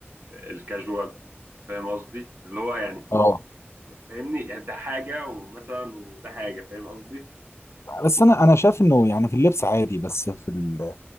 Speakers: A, on the right; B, on the left.
A: الكاجوال فاهم قصدي اللي هو يعني
B: اه
A: فاهمني يعني ده حاجة ومثلا وده حاجة فاهم قصدي
B: بس انا انا شايف انه يعني في اللبس عادي بس في ال-